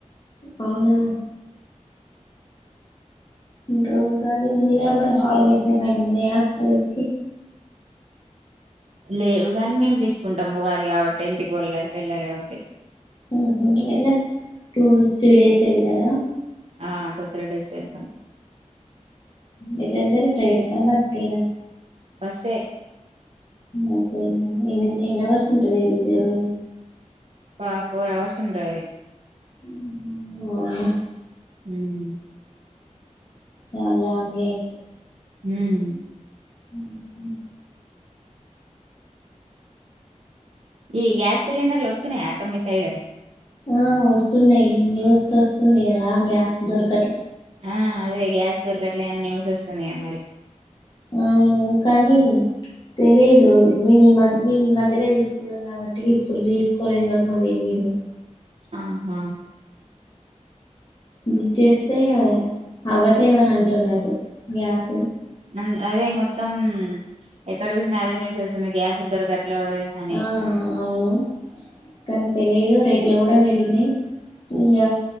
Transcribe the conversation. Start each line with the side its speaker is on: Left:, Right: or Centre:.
Left: అవునా ఇంకా ఉగాది ఉందిగా మరి హాలిడేస్ ఏమైనా ఉన్నయా కాలేజ్కి
Right: లేవు గన్ మేం తీస్కుంటాం. ఉగాది కాబట్టి ఇంటికి వెళ్ళ వెళ్ళాలి కాబట్టి
Left: మ్ హ్ ఎట్లా టూ త్రి డేస్ ఎళ్తరా?
Right: ఆ టూ త్రీ డేస్ ఎళ్తం.
Left: ఎట్ల ఎళ్తరు ట్రైన్కా, బస్కేనా
Right: బస్సే.
Left: బస్సేనా ఎన్ ఎన్ని అవర్స్ ఉంటద్ ఏంటి జర్నీ
Right: పా ఫోర్ అవర్స్ ఉంటది.
Left: మ్ హ్ అవునా
Right: ఉమ్,
Left: చాలా లాంగే అయితే
Right: ఊమ్
Left: ఊహ్మ్మ్
Right: ఈ గ్యాస్ సిలిండర్లు వస్తున్నాయా అక్క మీ సైడ్
Left: ఆ వస్తున్నయి న్యూస్ వస్తుంది కదా గ్యాస్ దొర్
Right: ఆ అదే గ్యాస్ దొరకట్లే అన్ న్యూస్ వస్తుందిగా మరి
Left: అవును కానీ తెలియదు మేము ఈ మధ్ ఈ మధ్యలో తీసుకున్నాం కాబట్టి ఇప్పుడు తీసుకోలేదు కాబట్టి మాకు తెలియదు అ <inaudible>
Right: ఆహా
Left: బుగ్ చేస్తే అవ్వట్లేదాని అంటున్నరు గ్యాస్
Right: అన్ అదే మొత్తం ఎక్కడ చూసినా అదే న్యూస్ వస్తుంది గ్యాస్లు దొరకట్లే అని
Left: ఆ అవును కానీ తెలిదు రేట్లు కూడా పెరిగినయి ఇంకా